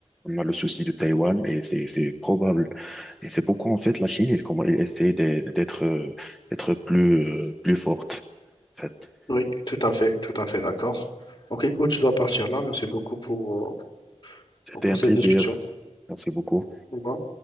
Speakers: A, in the centre; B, on the left.
A: on a le souci de Taïwan et c'est, c'est probable. Et c'est pourquoi, en fait, la Chine, elle, comm- elle essaie de- d'être, euh, d'être plus, euh, plus forte, en fait.
B: Oui, tout à fait, tout à fait d'accord. Ok, écoute, je dois partir là. Merci beaucoup pour,
A: C'était
B: euh, pour
A: un
B: cette
A: plaisir.
B: discussion.
A: Merci beaucoup.
B: Au revoir.